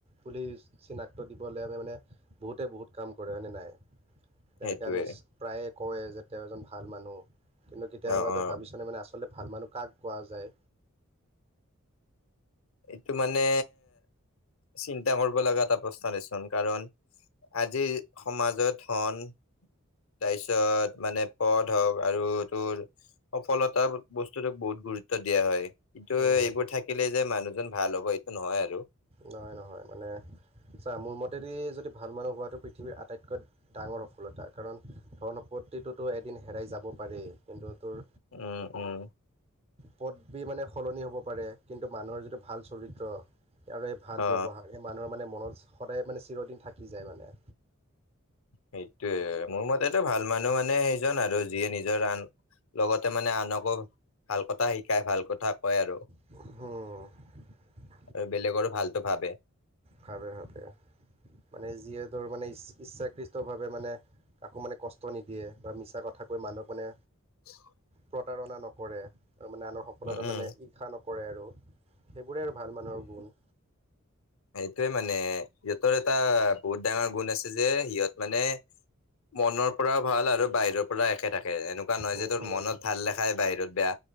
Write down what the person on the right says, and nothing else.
বুলি চিনাক্ত দি দ মানে বহুতে বহুত কাম কৰে হয় নে নাই?
তেনেকে আমি প্ৰায়ে কও যে তেওঁ এজন ভাল মানুহ। কিন্তু কেতিয়াবা
তই ভাবিছনে মানে আচলতে ভাল মানুহ কাক কোৱা যায়?
উম,
নহয়, নহয় মানে ছা মোৰ মতেদি যদি ভাল মানুহ হোৱাটো পৃথিৱীৰ আটাইতকৈ ডাঙৰ সফলতা কাৰণ ধন সম্পত্তিতো এদিন হেৰাই যাব পাৰে। কিন্তু তোৰ
পদবি মানে সলনি হ'ব পাৰে, কিন্তু মানুহৰ যিটো ভাল চৰিত্ৰ আৰু এই ভাল
ব্যৱহাৰ, সেই মানুহৰ মানে মনত সদায় মানে চিৰদিন থাকি যায় মানে।
হম।
ভাবে-ভাবে মানে যিয়ে তোৰ মানে ইছ-ইচ্ছাকৃতভাৱে মানে কাকো মানে কষ্ট নিদিয়ে বা মিছা কথা কৈ মানুহক মানে
প্ৰতাৰণা নকৰে, মানে আনৰ সফলতাত
মানে ইৰ্ষা নকৰে আৰু। সেইবোৰে আৰু ভাল মানুহৰ গুণ।
উম,
উম,